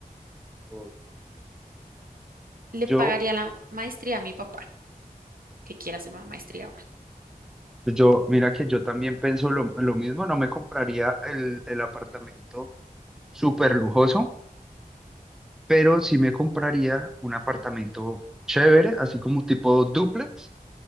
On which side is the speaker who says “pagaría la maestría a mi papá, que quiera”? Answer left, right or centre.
Right